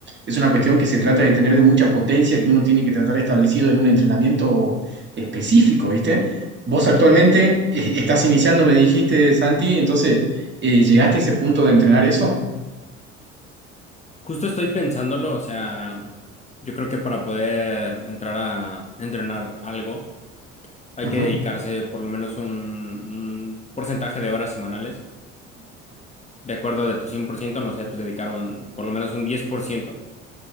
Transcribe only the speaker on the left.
Justo estoy pensándolo, o sea, yo creo que para poder entrar a entrenar algo hay
que dedicarse por lo menos un, un porcentaje de horas semanales. De acuerdo de tu 100% no sé, pues dedicar un- por lo menos un 10%